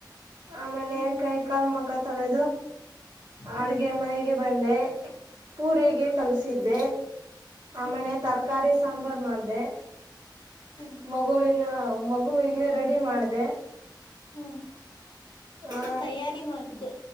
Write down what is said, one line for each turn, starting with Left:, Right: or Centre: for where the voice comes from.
Right: ಆಮೇಲೆ
Left: ಹ್ಮ್
Right: ಕೈ ಕಾಲು ಮಕ್ಕ ತೊಳೆದು
Left: ಹ್ಮ್
Right: ಅಡ್ಗೆ ಮನೆಗೆ ಬಂದೆ ಪೂರಿಗೆ ಕಲಸಿದ್ದೆ
Left: ಹ್ಮ್
Right: ಆಮೇಲೆ ತರಕಾರಿ ಸಾಂಬಾರ್ ಮಾಡ ದೇ
Left: ಹ್ಮ್
Right: ಮಗುವಿನ ಮಗುವಿಗೆ ರೆಡಿ ಮಾಡದೆ.
Left: ಹ್ಮ್
Right: ಹಾ
Left: ತಯಾರಿ ಮಾಡಿದೆ